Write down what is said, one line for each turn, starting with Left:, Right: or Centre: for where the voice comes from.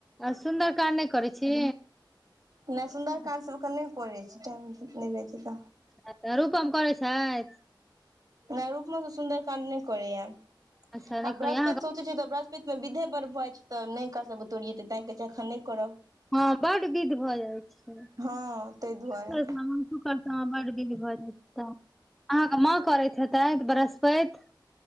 Centre: आ सुन्दरकाण्ड नैय करैय छी।
Right: नैय सुन्दरकाण्ड
Centre: अच्छा
Right: सब अखन नैय करै छी, टाइम नैय रहैय तऽ
Centre: अतऽ रूपम करैय छथि।
Right: नै रूपमो तै सुन्दर काण्ड नै करै यै आ
Centre: अच्छा नहि
Right: ब्रस्पैत
Centre: करै अहाँ
Right: सोचे छीयै तऽ ब्रह पेत मे विधै बर भ जाए छै तऽ नै एकरा सब बुतै ओरयैते तैं कहै छै एखन नै करब
Centre: हां बड विध भऽ जाए छै।
Right: हँ ताहि दुआरे
Centre: <unintelligible> हां बड बिध भऽ जाय छै तै अहाँ के मां करैत हेतै ब्रस्पैत।